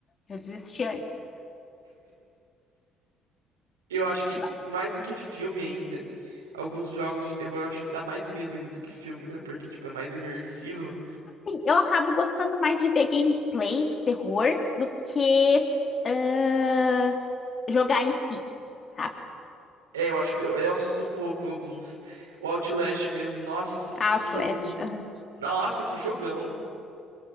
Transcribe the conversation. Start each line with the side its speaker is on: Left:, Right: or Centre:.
Left: Eu desisti antes.
Right: Eu acho que,
Left: Mas,
Right: mais do que filme ainda, alguns jogos de terror eu acho que dá mais medo ainda do que filme, né? Porque, tipo, é mais imersivo.
Left: sim, eu acabo gostando mais de ver gameplay de terror do que ah, jogar em si, sabe?
Right: É, eu acho que eu, eu assusto um pouco em alguns. O Outlast mesmo, nossa,
Left: Outlast,
Right: que jogão, hein?
Left: aham.
Right: Nossa, que jogão.